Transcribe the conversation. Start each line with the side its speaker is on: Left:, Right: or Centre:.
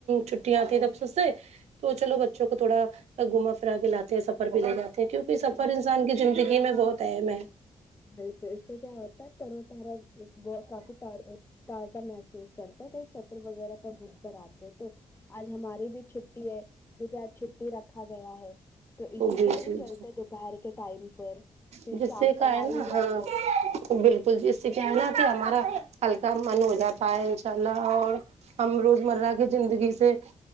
Right: چھٹیاں آتی ہیں تب سے تو چلو بچوں کو تھوڑا گھما پھرا کے لاتے ہیں سفر بھی لے جا کیونکہ سفر
Left: بالکل
Right: انسان کی زندگی میں بہت اہم ہے
Left: بالکل اس سے کیا ہوتا ہے ترو تارا بہت کافیکار تازہ محسوس کرتا ہے کہیں سفر وغیرہ کا گھوم کر آتے ہیں تو آج ہماری بھی چھٹی ہے جو کہ آج چھٹی رکھا گیا ہے تو اسی
Right: جی
Left: چرے
Right: جی
Left: چلتے دوپہر کے ٹائم پر پھر
Right: جس
Left: شام
Right: سے کا
Left: تک
Right: ہے
Left: آ
Right: نا
Left: بھی جائیں
Right: ہاں
Left: گے
Right: بالکل جس سے کہنا کہ ہمارا ہلکا من ہو جاتا ہے انشاء اللہ اور ہم روزمرہ کی زندگی سے